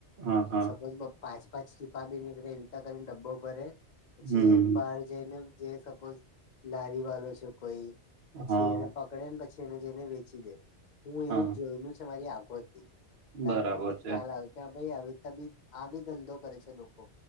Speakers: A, on the right; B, on the left.
A: હા હા
B: સપોઝ પાંચ પાંચ ટીપા બી નીકળે એવીતા કરીને ડબ્બો ભરે પછી
A: હમ
B: બહાર જઈને જે સપોઝ લારી વાળો છે કોઈ પછી
A: હા
B: એને પકડે ને પછી એને જઈને વેચી દે હું
A: હા
B: એવું જોયેલું છે મારી આંખોથી ત્યારે
A: બરાબર
B: મને
A: છે
B: ખ્યાલ આવ કે ભાઈ આવી બી આ બી ધંધો કરે છે લોકો